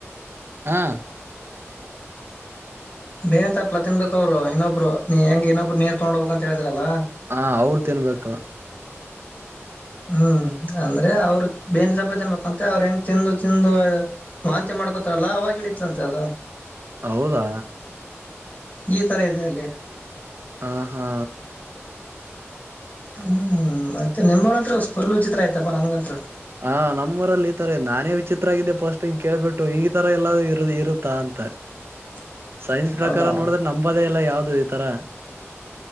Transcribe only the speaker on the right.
ಹಾ
ಹ ಅವ್ರು ತಿನ್ಬೇಕು
ಹೌದಾ.
ಹ ಹಾ
ಹ ನಮ್ಮೂರಲ್ಲಿ ಈತಾರೆ ನಾನೇ ವಿಚಿತ್ರ ಆಗಿದ್ದೆ ಪಫೋಸ್ಟಗ್ ಕೇಳ್ಬಿಟ್ಟು ಈ ತರ ಎಲ್ಲೂ ಇರ ಇರುತ್ತಾ ಅಂತ ತ
ಸೈನ್ಸ್ ಪ್ರಕಾರ
ನೋಡಿದ್ರೆ ನಂಬದೇ ಇಲ್ಲ ಯಾವ್ದು ಈ ತರ